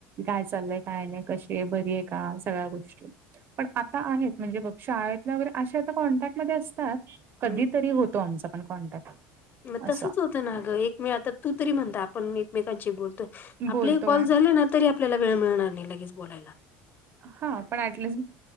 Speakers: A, on the right; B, on the left.
A: काय चाललंय, काय नाही कशी आहे, बरी आहे का, सगळ्या गोष्टी. पण आता आहेत, म्हणजे बघ शाळेतल्या वगैरे अशा तर कॉन्टॅक्टमध्ये असतात. कधीतरी
B: हम्म.
A: होतो आमचा पण कॉन्टॅक्ट.
B: मग
A: असं.
B: तसच होतं ना गं, एकमे आता तू तरी म्हणता आपण एकमेकांशी बोलतोय आपलेही
A: बोलतोय.
B: कॉल झाले ना, तरी आपल्याला वेळ मिळणार नाही लगेच बोलायला.
A: हा पण ऍटलीस्ट